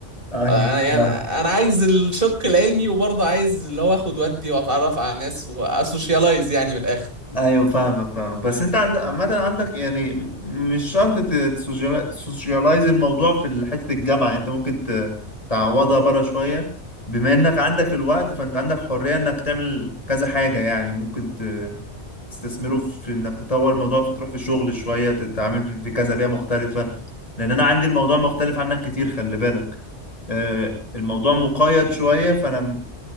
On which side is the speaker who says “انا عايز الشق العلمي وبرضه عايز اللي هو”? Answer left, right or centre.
Right